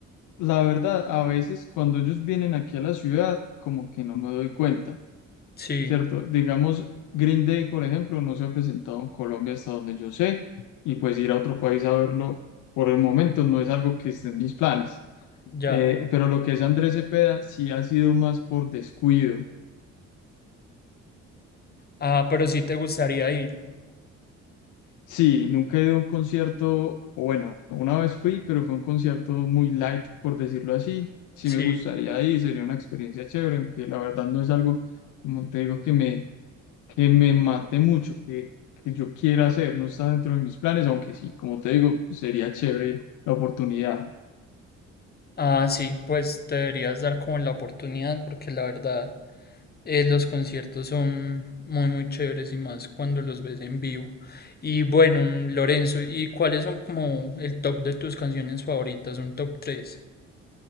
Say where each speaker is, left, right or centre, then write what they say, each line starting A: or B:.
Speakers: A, on the left; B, on the left.
A: la verdad, a veces cuando ellos vienen aquí a la ciudad, como que no me doy cuenta
B: Sí,
A: Cierto, digamos, Green Day, por ejemplo, no se ha presentado en Colombia hasta donde yo sé, y pues ir a otro país a verlo por el momento no es algo que esté en mis planes.
B: ya.
A: Eh, pero lo que es Andrés Cepeda sí ha sido más por descuido.
B: Ah, pero sí te gustaría ir.
A: Sí, nunca he ido a un concierto, o bueno, una vez fui, pero fue un concierto muy light, por decirlo así. Sí
B: Sí.
A: me gustaría ir, sería una experiencia chévere, aunque la verdad no es algo, como te digo, que me, que me mate mucho, que, que yo quiera hacer, no está dentro de mis planes, aunque sí, como te digo, sería chévere la oportunidad.
B: Ah, sí, pues te deberías dar como la oportunidad porque la verdad eh, los conciertos son muy muy chéveres y más cuando los ves en vivo. Y bueno, mm, Lorenzo, ¿y cuáles son como el top de tus canciones favoritas? Un top tres.